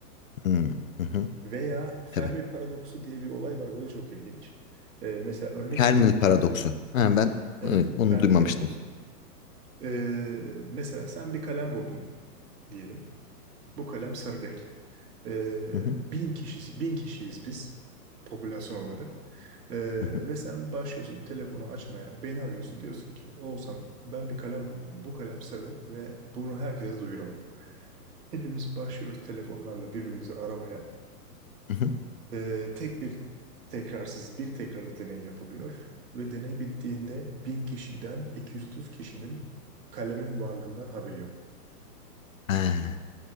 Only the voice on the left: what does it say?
Hmm, hı hı,
tabii.
Fermi
paradoksu.
Ha, ben
evet, bunu
duymamıştım.
Hı hı,
hı hı,
hı hı.
Ha.